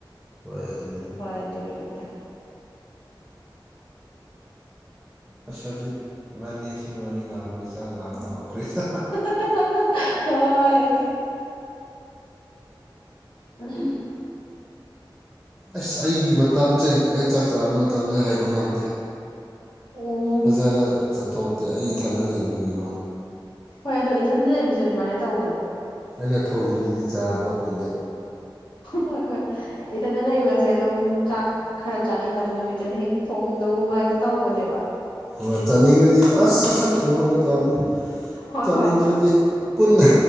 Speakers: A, in the centre; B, on the left.
A: ꯍꯣꯏ ꯑꯗꯨꯅꯦꯕ
B: ꯍꯣꯏ ꯑꯗꯨꯒꯤꯅꯤ ꯑꯦ
A: ꯑꯁ ꯍꯧꯖꯤꯛ ꯏꯕꯥꯅꯤ ꯑꯁꯤ ꯋꯥꯔꯤ ꯉꯥꯡꯕꯖꯤ ꯆꯥꯛ ꯂꯥꯝꯕ ꯍꯧꯈ꯭ꯔꯦꯗ
B: <unintelligible> ꯍꯣꯏ <unintelligible>
A: ꯑꯁ ꯑꯩꯒꯤ ꯃꯇꯝꯁꯦ ꯑꯩ ꯆꯥꯛ ꯆꯥꯕ ꯃꯇꯝꯁꯦ ꯍꯥꯏꯕ ꯉꯝꯗꯦ
B: ꯎꯝ
A: ꯐꯖꯅ ꯆꯠꯊꯣꯛꯇꯦ ꯑꯩ ꯏꯊꯟꯗ ꯂꯩꯕꯒꯤꯀꯣ
B: ꯍꯣꯏ ꯑꯗꯣ ꯏꯊꯟ ꯂꯩꯕꯁꯦ ꯑꯗꯨꯃꯥꯏꯅ ꯇꯧꯕꯅꯦ
A: ꯑꯩꯅ ꯊꯣꯡꯗ꯭ꯔꯗꯤ ꯆꯥꯕ ꯐꯪꯗꯦ
B: ꯍꯣꯏ ꯍꯣꯏ ꯏꯊꯟꯅ ꯂꯩꯕ ꯆꯥꯏ ꯑꯗꯨꯝ ꯆꯥꯛ ꯈꯔ ꯆꯥꯅꯤꯡꯗꯕ ꯅꯨꯃꯤꯠꯇꯅ ꯍꯦꯛ ꯊꯣꯡꯗꯕꯒꯨꯝꯕ ꯍꯦꯛꯇ ꯇꯧꯕꯅꯦꯕ
A: ꯍꯣꯏ ꯆꯥꯅꯤꯡꯉꯗꯤ ꯑꯁ ꯁꯠ ꯁꯠ ꯊꯣꯡꯉꯒ ꯆꯥꯕꯅꯦ
B: ꯍꯣꯏ
A: ꯆꯥꯅꯤꯡꯗ꯭ꯔꯗꯤ
B: ꯍꯣꯏ
A: ꯄꯨꯟ